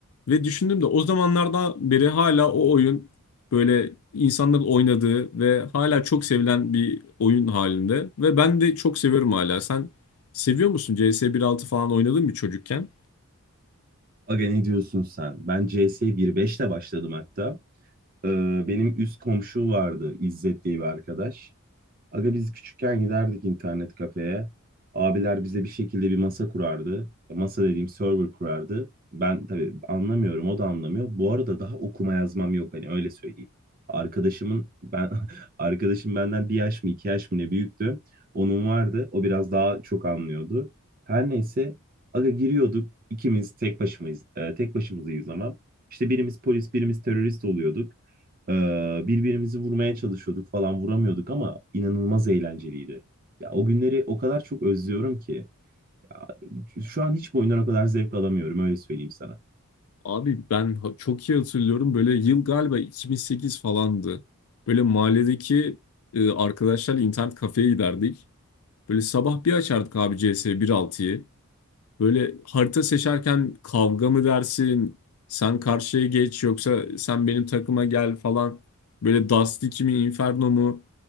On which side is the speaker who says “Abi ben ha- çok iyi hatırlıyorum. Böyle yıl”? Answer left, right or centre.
Left